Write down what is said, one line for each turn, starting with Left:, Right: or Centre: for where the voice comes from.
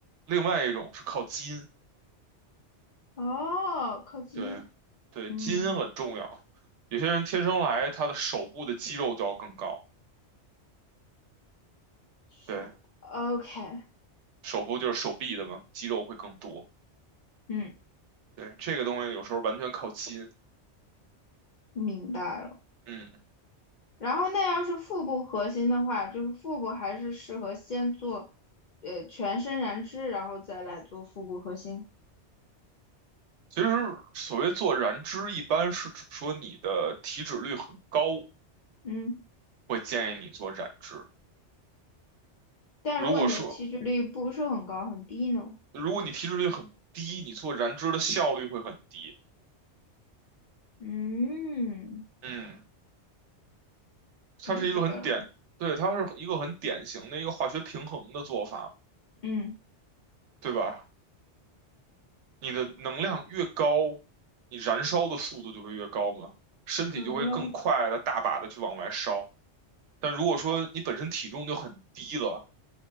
Right: 另外一种是靠基因，
Left: 哦，靠近，
Right: 对，对，
Left: 嗯，
Right: 基因很重要。有些人天生来，他的手部的肌肉就要更高，
Left: 手，OK，
Right: 对，手部就是手臂的嘛，肌肉会更多。
Left: 嗯，
Right: 对，这个东西有时候完全靠基因。
Left: 明白了。
Right: 嗯，
Left: 然后那要是腹部核心的话，就是腹部还是适合先做，呃，全身燃脂，然后再来做腹部核心。
Right: 其实所谓做燃脂，一般是指说你的体脂率很高，
Left: 嗯，
Right: 会建议你做燃脂。
Left: 但如果你的体脂率不是很高，
Right: 如果说
Left: 很低呢？
Right: 如果你体脂率很低，你做燃脂的效率会很低。
Left: 嗯，
Right: 嗯，它是一个很典，
Left: 理解了。
Right: 对，它是一个很典型的一个化学平衡的做法。
Left: 嗯
Right: 对吧？你的能量越高，你燃烧的速度就会越高嘛，身体就会更快的大把的去往外烧。
Left: 哦，
Right: 但如果说你本身体重就很低了，